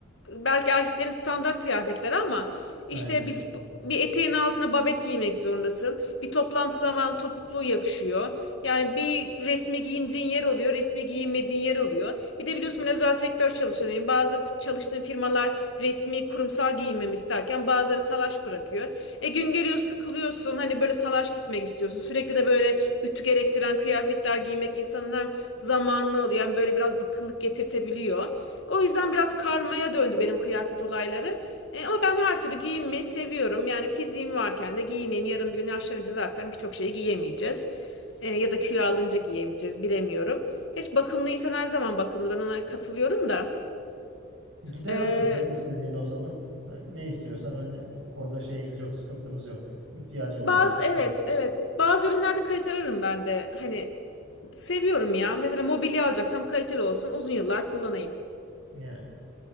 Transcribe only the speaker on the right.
Aynen.
Gider
alırız canım istediğini o zaman. Hani ne istiyorsan hani o konuda şeyimiz yok, sıkıntımız yok. İhtiyacın
varsa gider
al.
Yani.